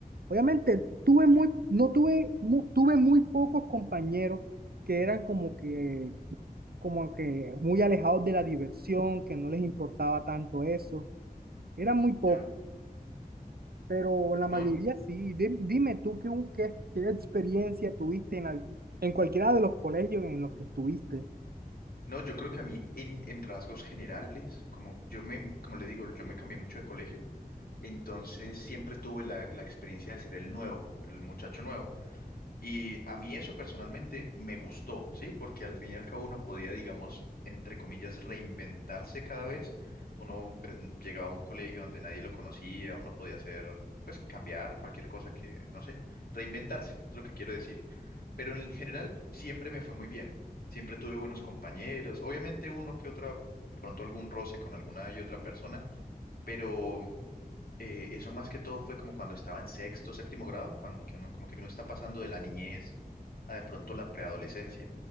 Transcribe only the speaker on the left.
ya.
No,
no, yo creo que a mí en, en rasgos generales, como yo me, como le digo, yo me cambié mucho de colegio, entonces siempre tuve la, la experiencia de ser el nuevo, el muchacho nuevo. Y a mí eso personalmente me gustó, ¿sí? Porque al fin y al cabo uno podía, digamos, entre comillas, reinventarse cada vez. Uno pues, llegaba a un colegio donde nadie lo conocía, uno podía hacer, pues, cambiar cualquier cosa que, no sé, reinventarse, es lo que quiero decir. Pero en general siempre me fue muy bien. Siempre tuve buenos compañeros. Obviamente uno que otra, de pronto algún roce con alguna y otra persona, pero eh, eso más que todo fue como cuando estaba en sexto, séptimo grado, cuando que uno, como que uno está pasando de la niñez a de pronto la preadolescencia.